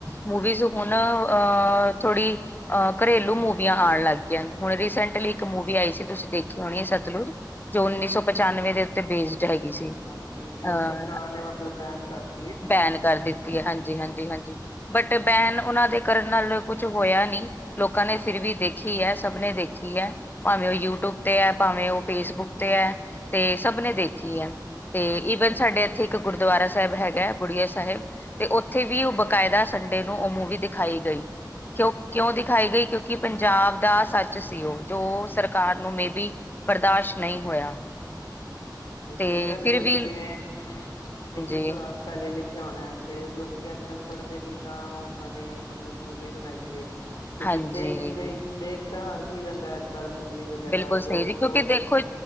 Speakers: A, on the left; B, on the left.
A: ਮੁੂਵੀਜ਼ ਹੁਣ ਅ ਥੋੜੀ ਅਹ ਘਰੇਲੂ ਮੂਵੀਆਂ ਆਉਣ ਲੱਗ ਗਈਆਂ, ਹੁਣ ਰੀਸੈਂਟਲੀ ਇੱਕ ਮੂਵੀ ਆਈ ਸੀ ਤੁਸੀਂ ਦੇਖੀ ਹੋਣੀ ਸਤਲੁਜ, ਜੋ ਉੱਨੀ ਸੌ ਪਚਾਨਵੇਂ ਦੇ ਉੱਤੇ ਬੇਸ ਹੈਗੀ ਸੀ ਅ
B: ਹਾਂਜੀ ਜੇ ਸਰਕਾਰ ਨੇ ਮਤਲਬ ਬੈਨ ਕਰਤੀ ਹੈ
A: ਬੈਨ ਕਰ ਦਿੱਤੀ। ਹਾਂਜੀ, ਹਾਂਜੀ, ਹਾਂਜੀ ਬਟ ਬੈਨ ਉਹਨਾਂ ਦੇ ਕਰਨ ਨਾਲ ਕੁਛ ਹੋਇਆ ਨੀ ਲੋਕਾਂ ਨੇ ਫਿਰ ਵੀ ਦੇਖੀ ਹੈ, ਸਭ ਨੇ ਦੇਖੀ ਹੈ। ਭਾਵੇਂ ਉਹ ਯੂਟਿਊਬ ਤੇ ਆ, ਭਾਵੇਂ ਉਹ ਫੇਸਬੁੱਕ ਤੇ ਆ, ਤੇ ਸਭਨੇ ਦੇਖੀ ਆ। ਤੇ ਈਵਨ ਸਾਡੇ ਇੱਥੇ ਇੱਕ ਗੁਰਦੁਆਰਾ ਸਾਹਿਬ ਹੈਗਾ, ਬੁੜੀਆ ਸਾਹਿਬ ਤੇ ਉੱਥੇ ਵੀ ਉਹ ਬਕਾਇਦਾ ਸੰਡੇ ਨੂੰ ਉਹ ਮੂਵੀ ਦਿਖਾਈ ਗਈ। ਕਿਉਂ, ਕਿਉਂ ਦਿਖਾਈ ਗਈ ਕਿਉਂਕਿ ਪੰਜਾਬ ਦਾ ਸੱਚ ਸੀ ਉਹ। ਜੋ ਸਰਕਾਰ ਨੂੰ ਮੇਬੀ ਬਰਦਾਸ਼ ਨਹੀਂ ਹੋਇਆ।
B: ਹਾਂਜੀ, ਸਹੀ
A: ਤੇ
B: ਗੱਲ
A: ਫਿਰ
B: ਏ ਹੁਨ,
A: ਵੀ
B: ਜਿਵੇਂ <unintelligible> ਅ
A: ਜੀ
B: ਪਹਿਲੇ ਲਿਖਿਆ ਹੋਣਾ ਹੈ ਤੇ ਲੋਕ ਅੱਜ ਕੱਲ੍ਹ ਪੜ੍ਹਦੇ ਨਹੀਂ ਤਾਂ ਉਹਨਾਂ ਨੇ ਮਤਲਬ ਮੂਵੀ ਬਣਾਈ ਏ ਕਿਉਂਕਿ
A: ਹਾਂਜੀ
B: ਦੇਖ, ਦੇਖ, ਦੇਖ ਤਾਂ ਹਰ ਕੋਈ ਲੈਂਦਾ ਅੱਜੱਕ ਕਲ ਮੂਵੀ ਵਗੈਰਾ
A: ਬਿਲਕੁਲ ਸਹੀ
B: ਦੋ,
A: ਜੀ ਕਿਉਂਕਿ
B: ਦੋ
A: ਦੇਖੋ
B: ਘੰਟ